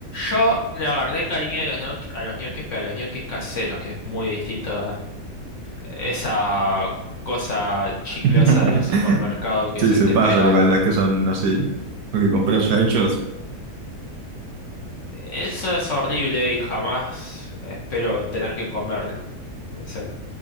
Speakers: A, on the left (about 55°); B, on the right (about 70°).
A: Yo le agarré cariño a los, ñoqui- a los ñoquis, pero a los ñoquis caseros, que es muy distinto Esa cosa chiclosa
B: <laughs>
A: del supermercado que
B: Sí,
A: se
B: se
A: te
B: pasan
A: pega.
B: igual, las que son así. Lo que compré ya hechos,
A: Eso es horrible y jamás espero tener que comerlo. O sea,